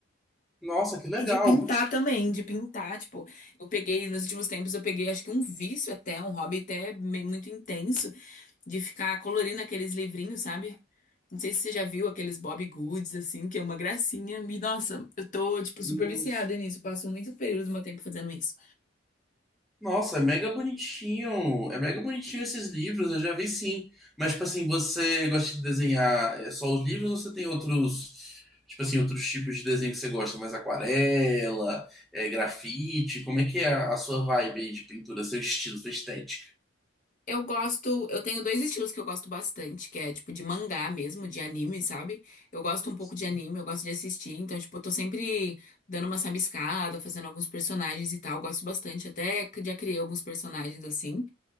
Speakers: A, in the centre; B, on the left.
A: Nossa, que legal.
B: E de pintar também, de pintar, tipo, eu peguei, nos últimos tempos, eu peguei acho que um vício até, um hobby até me- muito intenso, de ficar colorindo aqueles livrinhos, sabe? Não sei se você já viu aqueles Bob Goods, assim, que é uma gracinha. E, nossa, eu tô, tipo, super
A: Nossa,
B: viciada nisso. Eu Passo muito período do meu tempo fazendo isso.
A: Nossa, é mega bonitinho. É mega bonitinho esses livros, eu já vi sim. Mas, tipo assim, você gosta de desenhar é, só os livros ou você tem outros, tipo assim, outros tipos de desenho que você gosta? Mais aquarela, é, grafite? Como é que é a, a sua vibe aí de pintura, seu estilo, sua estética?
B: Eu gosto, eu tenho dois estilos que eu gosto bastante, que é, tipo, de mangá mesmo, de anime, sabe? Eu gosto um pouco
A: Sim.
B: de anime, eu gosto de assistir. Então, tipo, eu tô sempre dando uma sabiscada, fazendo alguns personagens e tal. Eu gosto bastante, até que já criei alguns personagens, assim.